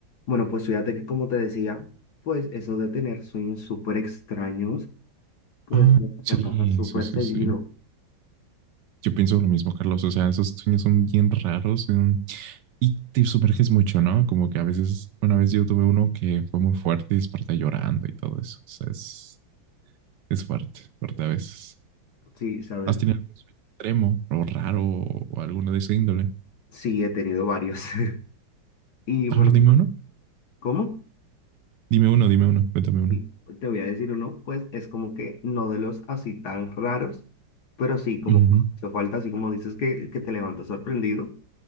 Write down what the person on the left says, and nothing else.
Bueno, pues fíjate que como te decía, pues eso de tener sueños súper extraños, pues
me pasa súper
seguido.
Sí, sabes,
sí, he tenido varios. <laughs> Y bueno,
pues,
¿cómo?
Y te voy a decir uno, pues es como que no de los así tan raros, pero sí, como
que hizo falta, así como dices que, que te levantas sorprendido.